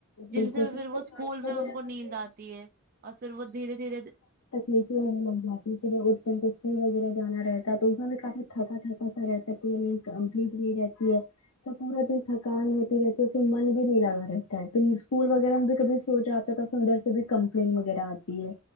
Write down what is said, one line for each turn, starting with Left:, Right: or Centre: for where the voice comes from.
Right: جن
Left: بالکل
Right: سے پھر وہ اسکول
Left: پانی
Right: میں
Left: وغیرہ
Right: ان کو نیند
Left: بھی
Right: آتی ہے اور پھر وہ دھیرے دھیرے
Left: لیکن ہمیں لوگ باتی صبح اٹھتے اسکول وغیرہ جانا رہتا ہے تو اس میں کافی تھکا تھکا رہتا پ کمپلیٹلی رہتی ہے تو پورا دن تھکان ہوتی رہتی ہے پھر من بھی نہیں لگا رہے پھر اسکول وغیرہ میں بھی کبھی سوچاتا ہے تو پھر ادھر سے بھی کمپلینٹ وغیرہ آتی ہے